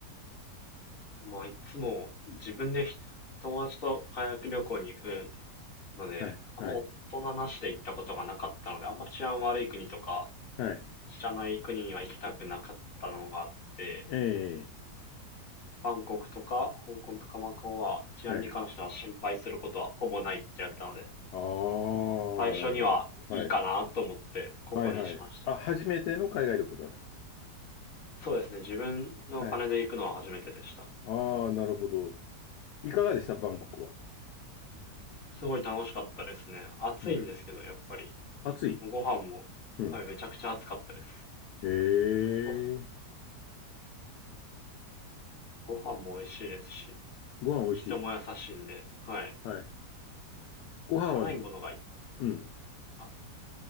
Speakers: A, on the left (about 50°); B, on the left (about 75°).
A: まあいつも自分で友達と海外旅行に行くので、
B: はい。
A: あんま大人なしで行ったことがなかったので、
B: はい。
A: あんま治安悪い国とか
B: はい。
A: 知らない国には行きたくなかったのがあって、
B: ええ、
A: バンコクとか香港とかマカオは治安に関しては心配することはほぼないってやったので、
B: はい。ああ、
A: 最初にはいいかなと思って、
B: なるほど。はい。
A: ここにしましたね。
B: はい。はい。あ、初めての海外旅行なんですか
A: そうですね。自分のお金で行くのは初めてでした。
B: はい。ああ、なるほど。いかがでしたバンコクは。
A: すごい楽しかったですね。暑いんですけど、
B: うん。
A: やっぱり。
B: 暑い。
A: ご飯も、
B: うん。
A: はい、めちゃくちゃ暑かったです。
B: ええ
A: ご、ご飯も美味しいですし、
B: ご飯美味しい。
A: 人も優しいんで、はい。
B: はい。ご飯は、
A: 辛いものがいい。
B: うん。
A: あ、